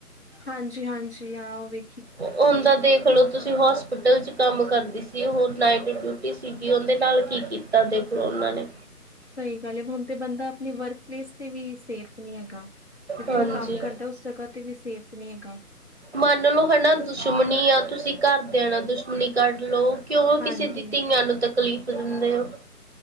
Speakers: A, on the left; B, on the right.
A: ਹਾਂਜੀ-ਹਾਂਜੀ, ਹਾਂ ਓ ਵੀ।
B: ਓ ਉਂਦਾ ਦੇਖਲੋ। ਤੁਸੀਂ ਹੋਸਪਿਟਲ ਚ ਕੰਮ ਕਰਦੀ ਸੀ ਓ ਨਾਈਟ ਡਿਊਟੀ ਸੀਗੀ, ਉਂਦੇ ਨਾਲ ਕੀ ਕੀਤਾ ਦੇਖੋ ਓਨਾਂ ਨੇ।
A: ਸਈ ਗੱਲ ਏ, ਹੁਨ ਤੇ ਬੰਦਾ ਅਪਨੀ ਵਰਕ ਪਲੇਸ- ਤੇ ਵੀ ਸੇਫ ਨੀ ਹੈਗਾ, ਜਿੱਥੇ
B: ਹਾਂਜੀ
A: ਓ ਕੰਮ ਕਰਦਾ ਉਸ ਜਗ੍ਹਾ ਤੇ ਵੀ ਸੇਫ ਨੀ ਹੈਗਾ।
B: ਮੰਨ ਲਓ ਹਣਾ ਦੁਸ਼ਮਣੀ ਆ, ਤੁਸੀਂ ਘਰਦਿਆਂ ਣਾ ਦੁਸ਼ਮਣੀ ਕੱਢ ਲਓ। ਕਿਉਂ
A: ਹਾਂਜੀ
B: ਕਿਸੇ ਦੀ ਧੀਆਂ ਨੂੰ ਤਕਲੀਫ਼ ਦਿੰਦੇ ਓ।